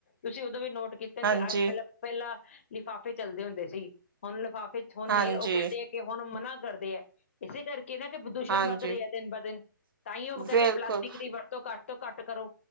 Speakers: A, on the left (about 35°); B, on the right (about 85°).
A: ਤੁਸੀਂ ਉਦੋਂ ਵੀ ਨੋਟ ਕੀਤਾ
B: ਹਾਂਜੀ,
A: ਕਿ ਅ ਪਹਿਲਾਂ ਪਹਿਲਾਂ ਲਿਫਾਫੇ ਚੱਲਦੇ ਹੁੰਦੇ ਸੀ, ਹੁਣ ਲਿਫਾਫੇ ਚ ਹੁੇ
B: ਹਾਂਜੀ,
A: ਉਹ ਕਹਿੰਦੇ ਹੁਣ ਮਨਾ ਕਰਦੇ ਐ, ਇਸੇ ਕਰਕੇ ਕਹਿੰਦਾ ਕਿ ਪ੍ਰਦੂਸ਼ਣ
B: ਹਾਂਜੀ
A: ਵੱਧ ਰਿਹਾ ਦਿਨ ਬ ਦਿਨ ਤਾਂ ਈ ਉਹ ਕਹਿੰਦੇ
B: ਬਿਲਕੁਲ
A: ਪਲਾਸਟਿਕ ਦੀ ਵਰਤੋਂ ਘੱਟ ਤੋਂ ਘੱਟ ਕਰੋ